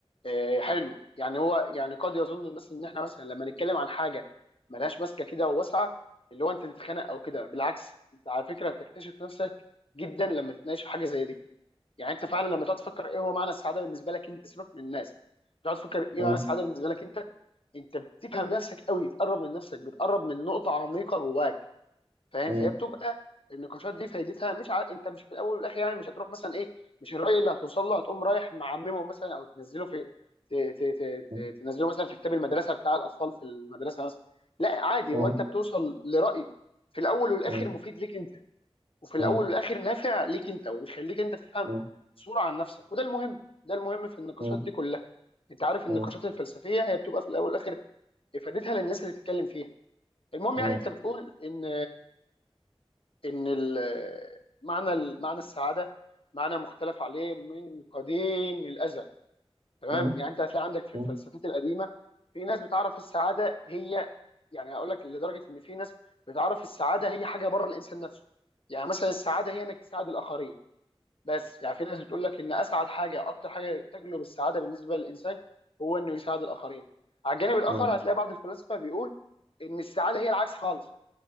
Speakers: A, on the left (about 60°); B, on the right (about 80°).
A: آه، حلو يعني هو يعني قد يظن الناس ان احنا مثلا لما نتكلم عن حاجه ملهاش ماسكه كده وواسعه اللي هو انت تتخانق او كده بالعكس انت على فكره بتكتشف نفسك جدا لما تتناقش في حاجه زي دي يعني انت فعلا لما تقعد تفكر ايه هو معنى السعاده بالنسبه لك انت سيبك من الناس تقعد تفكر ايه
B: مم.
A: معنى السعاده بالنسبه لك انت انت بتفهم نفسك قوي بتقرب من نفسك بتقرب من نقطه عميقه جواك فاهم
B: مم.
A: فهي بتبقى النقاشات دي فايدتها مش ع... انت مش في الاول والاخر يعني مش هتروح مثلا ايه مش الراي اللي هتوصل له هتقوم رايح معممه مثلا او تنزله في ت... ت... ت...
B: مم.
A: ت... تنزله مثلا في كتاب المدرسه بتاع الاطفال في المدرسه مثلا لا عادي
B: مم.
A: هو انت بتوصل لراي في الاول والاخر
B: مم.
A: مفيد ليك انت وفي الاول
B: مم.
A: والاخر نافع ليك انت وبيخليك انت تفهم
B: مم.
A: صورة عن نفسك وده المهم ده المهم في النقاشات
B: مم. مم.
A: دي كلها انت عارف النقاشات
B: مم.
A: الفلسفية هي بتبقى في الاول والاخر افادتها للناس اللي بتتكلم فيها المهم
B: مم.
A: يعني انت بتقول ان ان ال- معنى معنى السعادة معنى مختلف عليه من قديم الازل تمام
B: مم. مم.
A: يعني انت هتلاقي عندك في
B: مم.
A: الفلسفات القديمة في ناس بتعرف السعادة هي يعني هقول لك لدرجة ان في ناس بتعرف السعادة هي حاجة بره الانسان نفسه يعني مثلا السعادة هي انك تساعد الاخرين بس يعني في ناس بتقول لك ان اسعد حاجه اكتر حاجه تجلب السعاده بالنسبه للانسان هو انه يساعد الاخرين على الجانب الاخر
B: مم.
A: هتلاقي بعض الفلاسفه بيقول ان السعاده هي العكس خالص